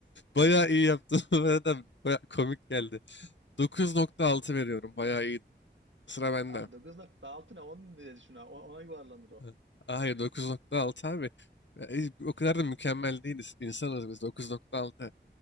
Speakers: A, on the left; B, on the right.
A: Bayağı iyi yaptın. <laughs> Bu arada bayağı komik geldi. dokuz nokta altı veriyorum. Bayağı iyi. Sıra bende.
B: Abi 9.6 ne 10 diye düşün abi. Ona, ona yuvarlanır o.
A: Ha. Hayır 9.6 abi. Ya, e, O kadar da mükemmel değiliz. İnsanız biz dokuz nokta altı